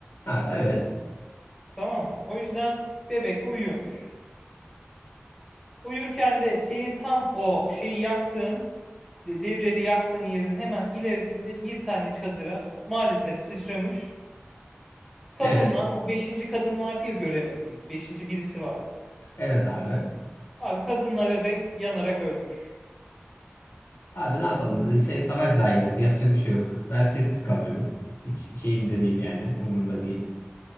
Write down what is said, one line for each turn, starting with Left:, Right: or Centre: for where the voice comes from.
Left: Ha evet.
Centre: Tamam mı? O yüzden bebek de uyuyormuş. Uyurken de senin tam o şeyi yaktığın, de- derileri yaktığın yerin hemen ilerisinde bir tane çadıra maalesef sıçramış. Kadınla
Left: Evet.
Centre: o beşinci kadın vardı ya göremediğin. Beşinci birisi vardı.
Left: Evet abi.
Centre: Abi kadınla bebek yanarak ölmüş.
Left: Abi ne yapalım? Ee, Şey savaş zayiatı yapacak bir şey yok. Ben sessiz kalıyorum. Hiç şeyimde değil yani. Umurumda değil.